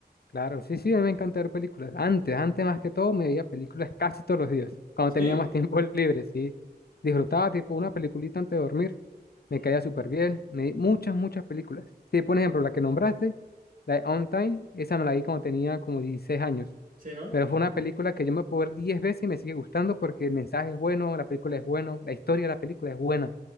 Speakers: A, on the left; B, on the right.
A: Claro, sí, sí, a mí me encanta ver películas. Antes, antes más que todo, me veía películas casi todos los días, cuando tenía
B: ¿Sí?
A: más tiempo <laughs> libre, sí. Disfrutaba tipo una peliculita antes de dormir, me
B: Mm.
A: caía súper bien, me vi muchas, muchas películas. Sí, por ejemplo, la que nombraste, la de On Time, esa me la vi cuando tenía como 16 años,
B: Sí, ¿no?
A: pero fue una película que yo me puedo ver 10 veces y me sigue gustando porque el mensaje es bueno, la película es bueno, la historia de la película es buena